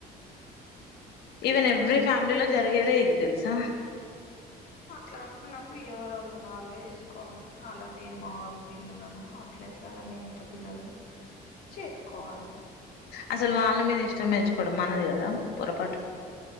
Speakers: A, on the left; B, on the left.
A: ఈవెన్ ఎవ్రీ
B: అంత
A: ఫ్యామిలీలో జరిగేదే ఇది తెలుసా
B: అట్లా అనుకున్నప్పుడు ఎవరు వాళ్ళన వాళ్ళే చూసుకోవాలి అలా మేను మాములు పిల్లులను అట్లే ఎట్లా మేనత పిల్లలను చేసుకోవాలి
A: అసలు వాళ్ళ మీద ఇష్టం పెంచుకోవడం మనది కదా పొరపాటు